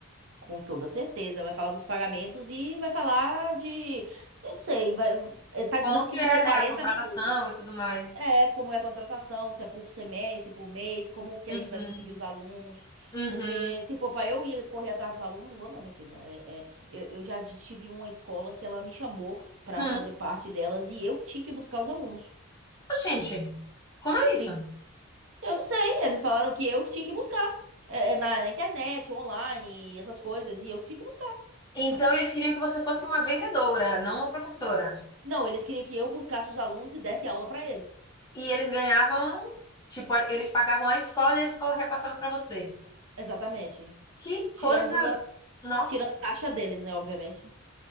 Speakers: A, on the right; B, on the left.
A: Com toda certeza, vai falar dos pagamentos e vai falar de, eu não sei, vai, eh, tá
B: Como
A: dizendo
B: que
A: que vai
B: é,
A: ser 40
B: né? A contratação
A: minutos.
B: e tudo mais.
A: É, como é a contratação, se é por semestre, por mês, como que
B: Uhum,
A: a gente vai conseguir os alunos.
B: uhum.
A: Porque se for para eu ir correr atrás dos alunos, não vou não, minha filha. É, é, eu, eu já de- tive uma escola que ela me chamou para
B: Hum.
A: fazer parte delas e eu que tinha que buscar os alunos.
B: Gente, como é
A: Sim.
B: isso?
A: Eu não sei, eles falaram que eu que tinha que buscar. É, é, na, na internet, online, essas coisas, e eu que tinha que buscar.
B: Então eles queriam que você fosse uma vendedora, não uma professora.
A: Não, eles queriam que eu buscasse os alunos e desse aula pra eles.
B: E eles ganhavam, tipo, a- eles pagavam a escola e a escola repassava pra você.
A: Exatamente.
B: Que
A: Tirando
B: coisa!
A: a,
B: Nossa,
A: tirando a taxa deles, né, obviamente.